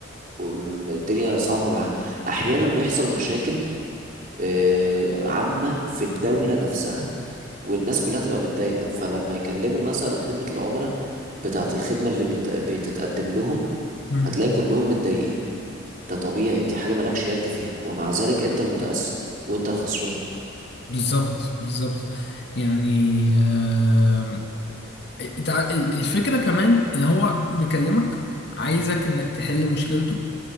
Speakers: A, on the right; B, on the left.
A: وم- الدنيا صعبة معاه أحيانا بيحصل مشاكل آه، عامة في الدولة نفسها والناس كلها تبقى متضايقة فلما يكلموا مثلا خدمة العملاء بتاعة الخدمة اللي بت... بتتقدم لهم
B: مم.
A: هتلاقي كلهم متضايقين ده طبيعي دي حاجة مالكش يد فيها ومع ذلك أنت المتأثر وأنت الخسران
B: بالظبط بالظبط يعني آم، إنت ع- الفكرة كمان ان هو بيكلمك عايزك انك تحل مشكلته